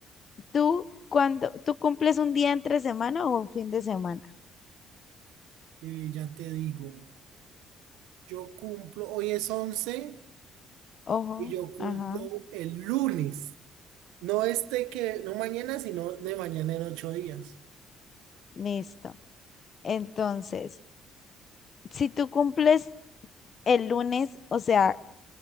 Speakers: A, on the left (about 50°); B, on the right (about 90°).
A: ¿tú cuando tú cumples un día entre semana o un fin de semana?
B: Y ya te digo, yo cumplo, hoy es 11
A: Ojo,
B: y yo cumplo
A: ajá,
B: el lunes. No este que, no mañana, sino de mañana en ocho días.
A: listo. Entonces, si tú cumples el lunes, o sea,